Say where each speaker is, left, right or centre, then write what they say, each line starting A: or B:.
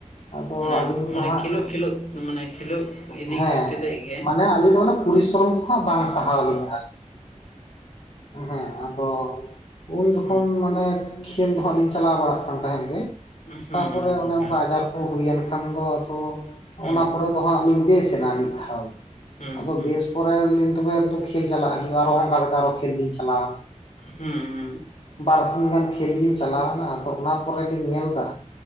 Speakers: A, on the left (about 55°); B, on the left (about 70°).
A: ᱟᱫᱚ
B: ᱢᱟᱱᱮ
A: ᱟᱹᱞᱤᱧ
B: ᱢᱟᱱᱮ
A: ᱫᱚ ᱦᱟᱸᱜ
B: ᱠᱷᱮᱞᱳᱜ ᱠᱷᱮᱞᱳᱜ ᱢᱟᱱᱮ ᱠᱷᱮᱞᱳᱜ ᱤᱫᱤ
A: ᱦᱮᱸ
B: ᱠᱮᱛᱮᱜ ᱜᱮ,
A: ᱢᱟᱱᱮ ᱟᱹᱞᱤᱧ ᱫᱚ ᱢᱟᱱᱮ ᱯᱚᱨᱤᱥᱨᱚᱢ ᱠᱚ ᱦᱚᱸ ᱵᱟᱝ ᱥᱟᱦᱟᱣ ᱞᱤᱧᱟ ᱟᱨᱠᱤ, ᱦᱮᱸ ᱟᱫᱚ ᱩᱱ ᱡᱚᱠᱷᱚᱱ
B: ᱦᱩᱸ
A: ᱢᱟᱱᱮ, ᱮ ᱠᱷᱮᱞ ᱫᱚ ᱦᱟᱸᱜ ᱞᱤᱧ ᱪᱟᱞᱟᱣ ᱵᱟᱲᱟᱜ ᱠᱟᱱ ᱛᱟᱦᱮᱸᱫ ᱜᱮ
B: ᱦᱩᱸ
A: ᱛᱟᱯᱚᱨᱮ
B: ᱜᱚᱝᱠᱮ
A: ᱚᱱᱮ ᱚᱱᱠᱟ ᱟᱡᱟᱨ ᱠᱚ ᱦᱩᱭᱮᱱ ᱠᱷᱟᱱ ᱫᱚ ᱟᱫᱚ
B: ᱦᱩᱸ
A: ᱚᱱᱟ ᱯᱚᱨᱮ ᱫᱚ ᱦᱟᱸᱜ ᱞᱤᱧ ᱵᱮᱥᱮᱱᱟ ᱢᱤᱫ ᱫᱷᱟᱣ
B: ᱦᱩᱸ
A: ᱟᱫᱚ
B: ᱦᱩᱸ
A: ᱵᱮᱥ ᱯᱚᱨᱮ ᱞᱤᱧ ᱛᱚᱵᱮ ᱠᱷᱮᱞ ᱪᱟᱞᱟᱜ ᱦᱩᱭᱩᱜᱼᱟ ᱟᱨ ᱚᱱᱠᱟ ᱞᱮᱠᱟ ᱠᱷᱮᱞ ᱞᱤᱧ ᱪᱟᱞᱟᱱᱟ᱾
B: ᱦᱩᱸ ᱦᱩᱸ᱾
A: ᱵᱟᱨᱥᱤᱧ ᱜᱟᱱ ᱠᱷᱮᱞ ᱞᱤᱧ ᱪᱟᱞᱟᱣᱱᱟ ᱟᱫᱚ ᱚᱱᱟ ᱯᱚᱨᱮᱞᱤᱧ ᱧᱮᱞ ᱫᱟ